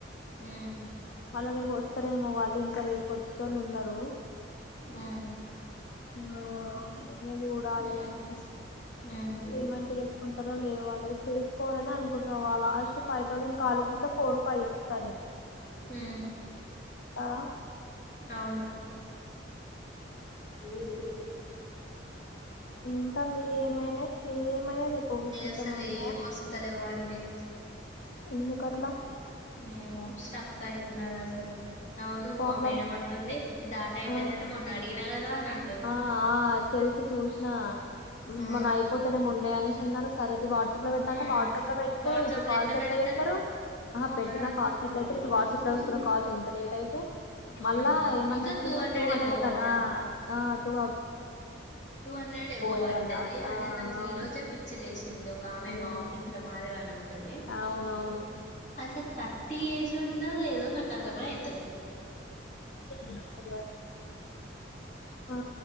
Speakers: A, on the left; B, on the left.
A: హం
B: మళ్ళ రేపు వారేోళ్ళు ఇంకా రేప్ వచ్చట వాళ్ళు ఉన్నారు
A: ఉమ్
B: ఇక చూడాలి
A: ఉమ్
B: ఇంక
A: ఉమ్
B: పేమెంట్ చేసుకుంటారో లేదు వాళ్ళది చేసుకోవాలని అనుకుంటుారు వా లాస్ట్ ఫైవ్ థౌసండ్ కాల ఇంకా ఫోర్ ఫైవ్ చెప్తా నేను
A: హ
B: కదా
A: అవును ఏరి
B: ఇంకా మీ ఏమైనా మీ ఏమైనా రేపు విజిట్లు
A: అసలే
B: ఏమైనా ఉన్నాయా
A: ఏ మస్తాలేవండి <inaudible>
B: ఎందుకట్లా
A: మేమో స్టక్ అయిన్నది అసలు అవును
B: పోలం
A: మా మేడమ్ అంటుంది దాట అయిపోయిందంట
B: ఆ
A: మొన్న అడిగిన కదా అనింట
B: ఆ ఆ తెలిసి చూసిన
A: ఆ
B: మనం అయిపోతేనే మొన్నయ అనేసి అన్న సారే వాట్సాప్ లో
A: ఉమ్
B: పెడాంటే వాట్సాప్ లో పెతే
A: వాట్సాప్
B: ఇటు
A: లో
B: కాల్
A: ఎట్లా
B: ఎట్టా
A: పెడతారు
B: చేస్తారు అహ పెట్న
A: ఆ
B: కాల్ెట్ల్ చేస్తారు ఇటు వాట్సాప్ లో చ కాల్స్ ఎంత లేట్ అయితే
A: ఉమ్
B: మళ్ళా ఏమన్నా
A: ఇంకా
B: పెట్టింది టూ హండ్రెడ్
A: ఎబోవ్
B: క
A: అట
B: ఆటు
A: టూ హండ్రెడ్ ఎబోవ్
B: చేయాలిరా
A: అంటది
B: అని
A: అదే
B: ఆ
A: నాకు
B: అవును
A: ఈ రోజే పిచ్చి లేసింది ఒక ఆమె
B: ఉమ్,
A: మా ఆఫీస్ లో మారేవాని ఉంటది
B: అవునవును
A: అసలు థర్టీ ఏజ్ ఉందో లేదు నాక అర్ధం ఏ అయితలేదు
B: అ ఆ